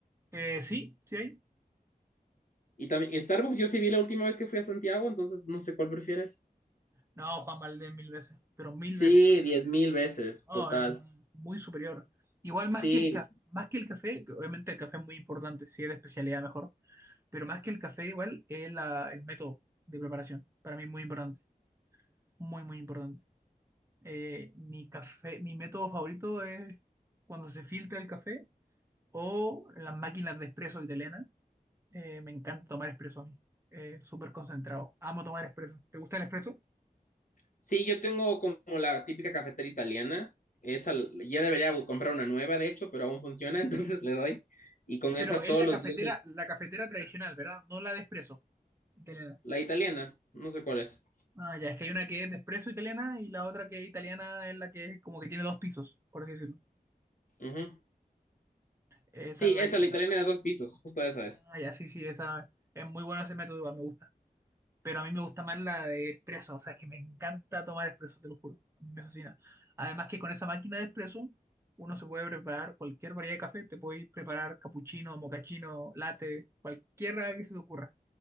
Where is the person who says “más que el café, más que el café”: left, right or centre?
Right